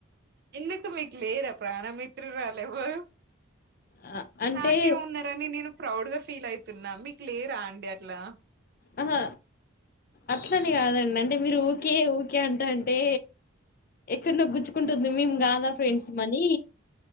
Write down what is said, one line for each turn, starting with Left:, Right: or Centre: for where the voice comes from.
Right: ఎందుకు మీకు లేరా ప్రాణమిత్రురాలెవరు
Left: ఆ, అంటే
Right: నాకే ఉన్నారని నేను ప్రౌడ్ గా ఫీలైతున్నా మీకు లేరా అండి అట్లా
Left: ఆహా అట్లని కాదండి అంటే మీరు ఊకే ఊకే అంటాంటే ఎక్కడ్నొ గుచ్చుకుంటుంది మేము కాదా ఫ్రెండ్స్ మనీ